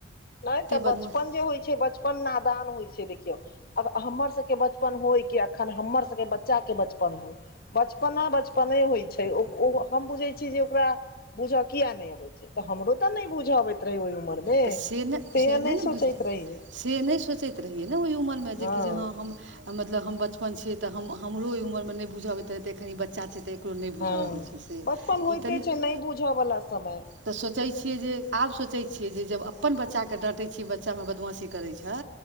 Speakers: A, on the left; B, on the right.
A: नहि तऽ बचपन
B: बदमाशी
A: जे होइ छै, बचपन नादान होइ छै देखियौ। आब हमर सबके बचपन होइ कि, अखन हमर सबके बच्चा के बचपन होइ, बचपना बचप पना होइ छै, ओ अ हम बुझैय छिये जे ओकरा बुझे किया नहि अबय तऽ हमरो तऽ नहि बुझऽ अबैत रहै, ओहि उमरमे
B: तऽ नहि
A: से नहि
B: ने
A: सोचैत
B: बुझै
A: रहियै।
B: से नहि सोचैत रहियै ने ओहि उमरमे
A: हँ
B: जेकि जे हाॅं हम मतलब हम बचपन छियै तऽ हमरो ओहि उमरमे नहि बुझ अबैत रहै तऽ एखनि बच्चा छै। तऽ एकरो नहि बुझा
A: हँ
B: आबै छै, से ई
A: बचपन होइते
B: तऽ नहि।
A: छै नहि बुझ बला समय।
B: तऽ सोचै छियै जे आब सोचै छियै, जे जब अपन बच्चाके डाँटे छियै, बच्चामे बदमाशी करै छै।